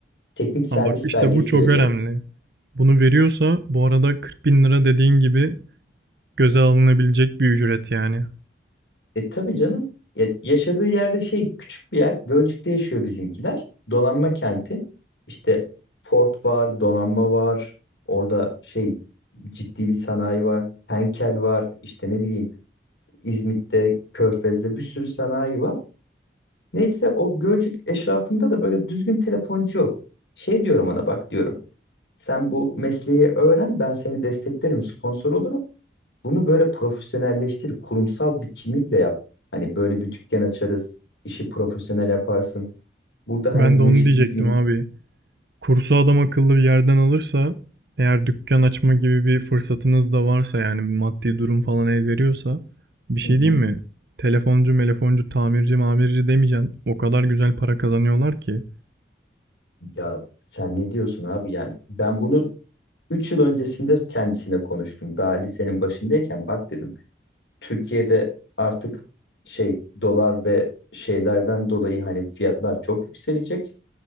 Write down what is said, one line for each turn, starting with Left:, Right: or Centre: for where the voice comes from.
Left: Teknik servis
Right: Ha bak işte
Left: belgesi
Right: bu çok
Left: veriyor.
Right: önemli. Bunu veriyorsa bu arada 40 bin lira dediğin gibi göze alınabilecek bir ücret yani.
Left: E tabii canım. Ya, yaşadığı yerde şey küçük bir yer. Gölcük'te yaşıyor bizimkiler. Donanma kenti. İşte Ford var, donanma var. Orada şey ciddi bir sanayi var. Henkel var. İşte ne bileyim İzmit'te, Körfez'de bir sürü sanayi var. Neyse o Gölcük eşrafında da böyle düzgün telefoncu yok. Şey diyorum ona bak diyorum. Sen bu mesleği öğren ben seni desteklerim, sponsor olurum. Bunu böyle profesyonelleştir, kurumsal bir kimlikle yap. Hani böyle bir dükkan açarız, işi profesyonel yaparsın. Burada
Right: Ben
Left: hani bu
Right: de onu
Left: işi
Right: diyecektim
Left: düzgün.
Right: abi. Kursu adam akıllı bir yerden alırsa, eğer dükkan açma gibi bir fırsatınız da varsa yani maddi durum falan el veriyorsa, bir şey
Left: Hı
Right: diyeyim
Left: hı.
Right: mi? Telefoncu, melefoncu, tamirci, mamirci demeyeceksin. O kadar güzel para kazanıyorlar ki.
Left: Ya sen ne diyorsun abi? Yani ben bunu 3 yıl öncesinde kendisine konuştum. Daha lisenin başındayken bak dedim. Türkiye'de artık şey dolar ve şeylerden dolayı hani fiyatlar çok yükselecek.